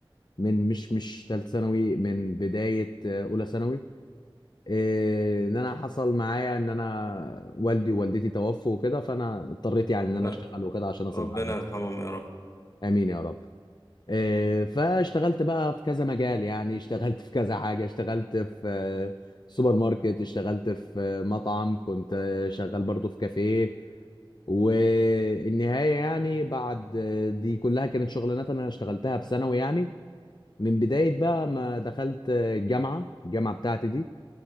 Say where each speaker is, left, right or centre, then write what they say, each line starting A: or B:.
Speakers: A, on the left; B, on the left.
A: من مش مش تالت ثانوي من بداية آه، أولى ثانوي آه، إن أنا حصل معايا إن أنا والدي ووالدتي توفوا وكده فأنا اضطريت يعني إن
B: ب...
A: أنا أشتغل وكده عشان أصرف
B: ربنا
A: على نفسي
B: يرحمهم يا رب
A: آمين يا رب آه، فاشتغلت بقى في كذا مجال يعني اشتغلت في كذا حاجة اشتغلت في آه، سوبر ماركت اشتغلت في آه، مطعم كنت آه، شغال برضو في كافيه والنهاية يعني بعد دي كلها كانت شغلانات أنا اشتغلتها في ثانوي يعني من بداية بقى ما دخلت الجامعة الجامعة بتاعتي دي